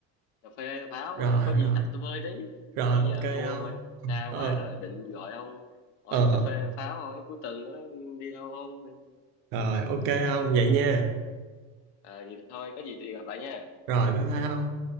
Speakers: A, on the left; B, on the right.
A: cà phê pháo
B: rồi
A: rồi có gì
B: rồi,
A: tập tôi bơi tí
B: rồi
A: chứ giờ
B: ok
A: thua ông
B: ông.
A: ơi xa quá
B: Ờ,
A: rồi định gọi ông hỏi
B: ờ,
A: đi cà phê pháo hỏi cuối tuần đó đi đâu không
B: rồi ok ông vậy nha.
A: Ờ vậy thôi có gì thì gặp lại nha
B: Rồi bye bye ông.